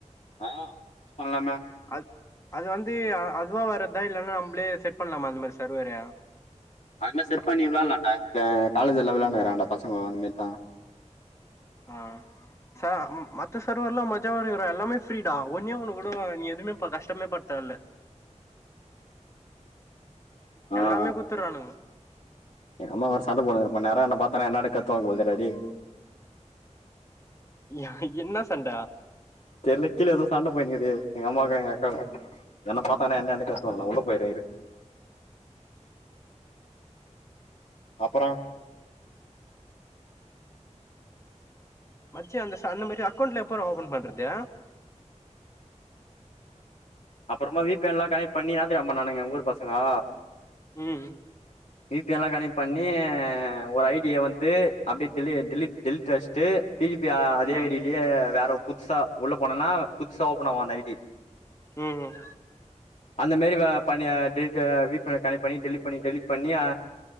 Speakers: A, on the left; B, on the left.
A: ஆ பண்லாமே
B: அத் அது வந்து அதுவா வர்றதா இல்லன்னா நம்ளே செட் பண்லாமா அந்த மாரி சர்வரு
A: அது மேரி செர் பண்ணி விளாட்லான்டா த காலேஜ்லலா விளாட்னுக்குறாங்க பசங்கோ அந்த மேரிதா
B: ஆ ச மத்த சர்வர்லா மஜாவா இருக்குறா எல்லாமே ஃப்ரீடா ஒன்னே ஒன்னு கூட நீ எதுமே ப கஷ்டமே பட தேவல்ல
A: ஆ
B: எல்லாமே குத்துர்றானுங்க
A: எங்க அம்மா வேற சண்ட போடுது இப்ப நேரா என்ன பாத்தர என்ன டே காத்துவாங் போ தெரிதுறா டே
B: யா இன்ன சண்ட
A: தெர்ல கீழ எதோ சண்ட போய்ட்க்குது எங்க அம்மாவுக்கு எங்க அக்காக்கு என்ன பாத்தானா என்ன எண்டுக்க க நா உள்ள போய்றே இரு அப்பறோ
B: மச்சி அந்த சன் அந்த மரி அக்கொண்ட்ல எப்பர்றா ஓப்பன் பண்றது
A: அப்பறமா வீ பி என்லா கனெக்ட் பண்ணி என்னா தெரிமா பண்ணானுங்க எங்க ஊர் பசங்கோ
B: ம்
A: வீ பி என் லா கனெட் பண்ணி ஒரு ஐடிய வந்து அப்டே டெலி டெலிட் டெலிட் அடிச்சுட்டு திருப்பி அ அதே
B: ம்
A: ஐடிலியே வேற புதுசா உள்ள போனனா புதுசா ஓப்பன் ஆவு அந்த ஐடி
B: ம் ம்
A: அந்த மேரி வ பணி டெலிட் வீ பி என்ன கனெக்ட் பண்ணி டெலிட் பண்ணி டெலிட் பண்ணி ஆ